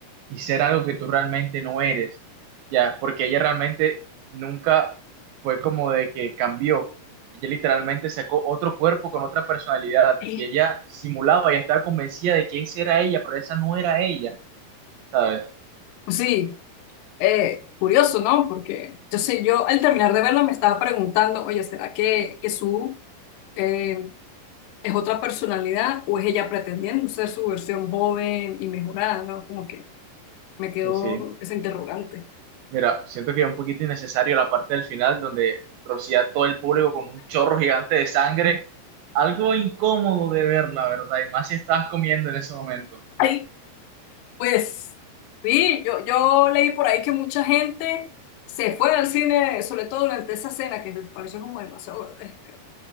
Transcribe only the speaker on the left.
Sí.
Sí, eh, curioso, ¿no? Porque yo sé, yo al terminar de verla me estaba preguntando, oye, ¿será que, que Sue eh, es otra personalidad o es ella pretendiendo ser su versión joven y mejorada, ¿no? Como que me quedó
ese interrogante.
<laughs> Pues sí, yo, yo leí por ahí que mucha gente se fue al cine, sobre todo durante esa escena, que me pareció como demasiado grotesca.